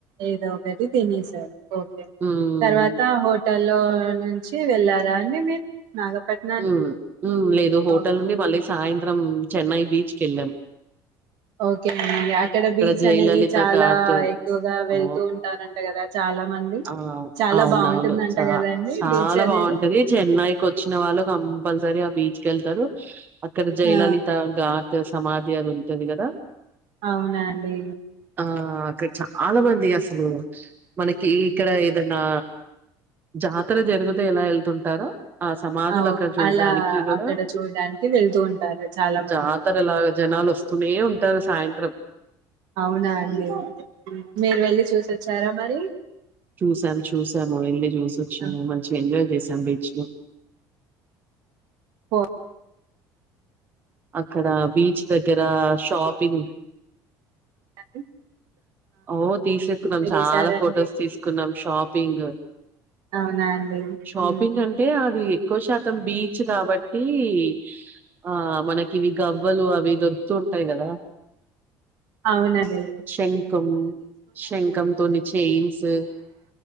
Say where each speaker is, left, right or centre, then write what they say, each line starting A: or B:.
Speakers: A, on the right; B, on the right.
A: ఏదొ ఒకటి తినేసారు ఓకే
B: హ్మ్.
A: తర్వాత బట్టలో నుంచి వెళ్ళారా అని మీరు నాగపట్నానికి
B: హూ హూ లేదు హోటల్
A: అవును.
B: నుండి మళ్ళ సాయంత్రం చెన్నై బీచ్కి వెళ్ళం
A: ఓకే అ అక్కడ బీచ్
B: జయలలిత
A: అనేది చాలా
B: ఘాట్
A: ఎక్కువగా వెళ్తూ
B: ఓ
A: ఉంటారుంట కదా చాలా మంది
B: ఆ
A: చాలా
B: అవునవును
A: బాగుంటుందంట
B: చ
A: కదండి
B: చాలా
A: బీచ్ అనేది
B: బాగుంటది చెన్నైకి వచ్చిన వాళ్ళు కంపల్సరీ ఆ బీచ్ కి వెళ్తారు అక్కడ జయలలిత
A: ఆ
B: గా సమాధి అది ఉంటది కదా
A: అవునా అండి
B: ఆ అక్కడ చాలా మంది అసలు స్ మనకి ఇక్కడ ఏదన్నా జాతర జరుగతే ఎలా ఉంటారో ఆ సమాధులు
A: అవు
B: అక్కడ చూడడానికి
A: అలా
B: కూడా
A: అక్కడ చూడడానికి వెళ్తూ ఉంటారు చాలా మంది
B: జాతరలాగా జనాలు వస్తూనే ఉంట ఉంటారు సాయంత్రం
A: అవునా అండి మీరు వెళ్ళి చూసిచ్చోరా మరి
B: చూసాము చూసాము వెళ్ళి చూసోచ్చాము
A: ఆ,
B: మంచిగా అయి ఎంజాయ్ చేసాము బీచ్ లో
A: ఫో-
B: అక్కడ బీచ్ దగ్గర షాపింగ్
A: అ
B: ఓ తీసేకున్నాం చాలా
A: చేసారండి
B: ఫొటోస్ తీసుకున్నాం షాపింగ్
A: అవునా అండి
B: షాపింగ్
A: ఉమ్.
B: అంటే అది ఎక్కువ శాతం బీచ్ కాబట్టి టి ఆ మనకి ఇవి గవ్వలు అవి దొరుకుతూ ఉంటాయి కదా
A: అవునదే
B: శంఖం శంఖం తోని చయిన్స్